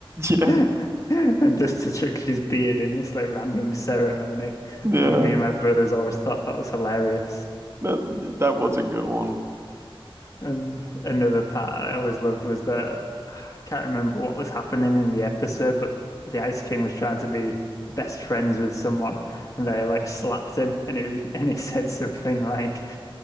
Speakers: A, on the right; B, on the left.
A: Yeah.
B: <laughs> and just to trick his beard in this like random ceremony.
A: Yeah.
B: Me and my brothers always thought that was hilarious.
A: That that was a good one.
B: And another part I always loved was that I can't remember what was happening in the episode, but the Ice King was trying to be best friends with someone, and they like slapped him, and he and he <laughs> said something like,